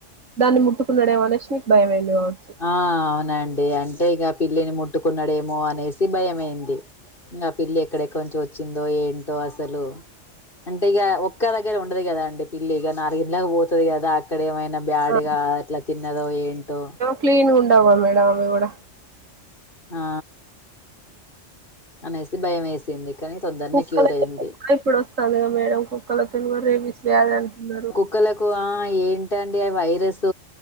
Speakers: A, on the right (about 85°); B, on the left (about 45°).
A: దాన్ని ముట్టుకున్నాడేమోనేసి మీక్ బాయమైంది కావచ్చు
B: ఆ అవునండి అంటే ఇక పిల్లిని ముట్టుకున్నాడేమో అనేసి భయమైంది ఇంక ఆ పిల్లి ఎక్కడెక్కడ ను్చోవచ్చిందోఏంటో అసలు అంటే ఇక ఒక్క దగ్గర ఉండదు కదా అండి పిల్లి ఇక నాలుగుళ్కి పోతుంది కదా అక్కడ ఏమైనా బ్యాడ్గా
A: ఆ!
B: ఇట్లా తిన్నదో ఏంటో
A: క్లీన్గా ఉండవా మేడం అవి కూడా
B: ఆ అనేసి బాయ్మేసింది కానీ తొందర్నే
A: కుక్కలకి
B: క్యూర్ అయింది
A: ఇప్పుడు ఒస్తందిగా మేడం కుక్కల తోని కూడా రేబిస్ వ్యాధి అంటున్నారు
B: మొక్కలకు ఆ ఏంటండి వైరస్